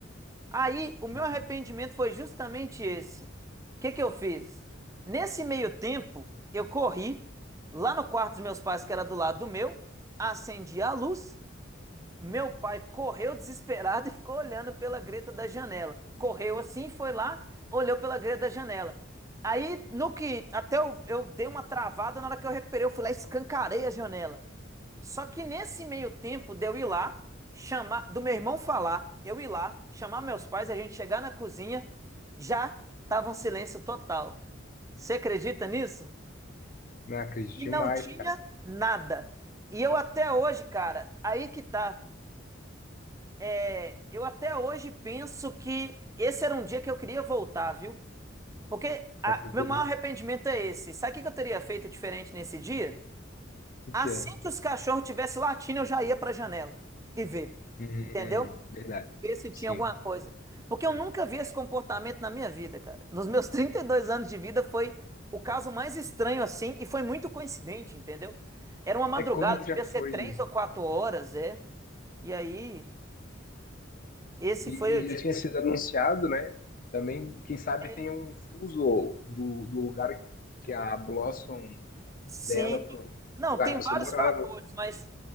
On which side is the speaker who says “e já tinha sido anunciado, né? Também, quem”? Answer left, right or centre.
Left